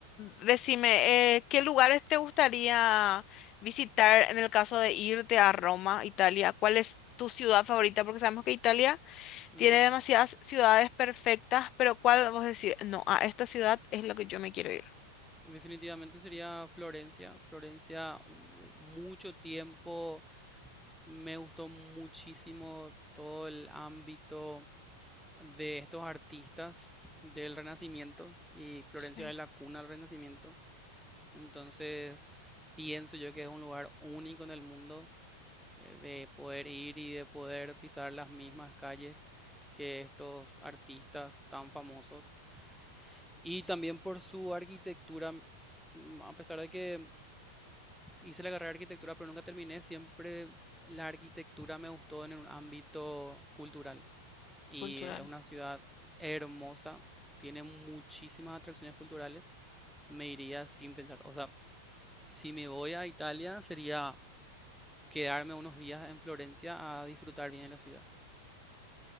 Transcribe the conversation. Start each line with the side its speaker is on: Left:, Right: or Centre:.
Left: decime, eh, ¿qué lugares te gustaría visitar en el caso de irte a Roma, Italia? ¿Cuál es tu ciudad favorita? Porque sabemos que Italia
Centre: Ujú.
Left: tiene demasiadas ciudades perfectas, pero ¿cuál vos decís? No, a esta ciudad es lo que yo me quiero ir.
Centre: Definitivamente sería Florencia. Florencia, u- mucho tiempo Me gustó muchísimo todo el ámbito de estos artistas del Renacimiento y Florencia
Left: Sí,
Centre: es la cuna del Renacimiento. Entonces, pienso yo que es un lugar único en el mundo eh, de poder ir y de poder pisar las mismas calles que estos artistas tan famosos. Y también por su arquitectura, m- a pesar de que hice la carrera de arquitectura, pero nunca terminé. Siempre la arquitectura me gustó en un ámbito cultural. Y
Left: cultural.
Centre: es una ciudad hermosa, tiene muchísimas atracciones culturales. Me iría sin pensar. O sea, si me voy a Italia, sería quedarme unos días en Florencia a disfrutar bien de la ciudad.